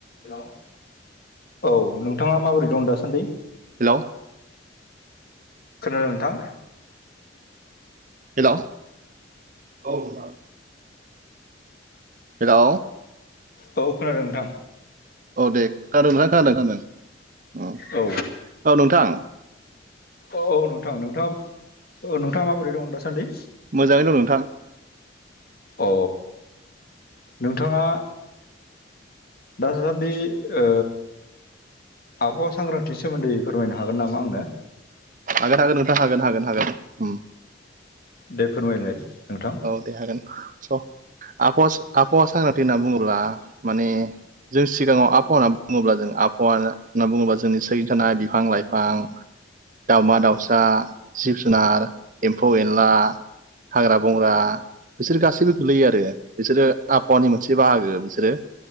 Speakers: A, on the left (about 50°); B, on the right (about 40°).
A: Hello औ नोंथाङा माबोरै दं दासान्दि
B: हेलौ
A: खोनादों नोंथां
B: हेलौ औ नोंथां हेलौ
A: औ खोनादों नोंथां
B: औ दे खानादों नोंथां खानादों खानादों
A: औ
B: औ नोंथां
A: औ औ नोंथां नोंथाङा नोंथाङा माबोरै दं दासान्दि
B: मोजाङैनो दं नोंथां
A: अ नोंथाङा दासासान्दि ओ आबहावा सांग्रांथिनि सोमोन्दै फोरमायनो हागोन नामा आंनो
B: हागोन हागोन नोंथां हागोन हागोन हागोन उम
A: दे फोरमायलाय नोंथां
B: औ दे हागोन स आबहावा आबहावा सांग्रांथि होनना बुङोब्ला माने जों सिगाङाव आबहाव होनना बुङोब्ला जों आबहावा होनना बुङोब्ला जोंनि सोरगिदिं थानाय बिफां लाइफां दाउमा दाउसा जिब जुनार एम्फौ एनला हाग्रा बंग्रा बिसोर गासैबो गोलैयो आरो बिसोरो आबहावानि मोनसे बाहागो बिसोरो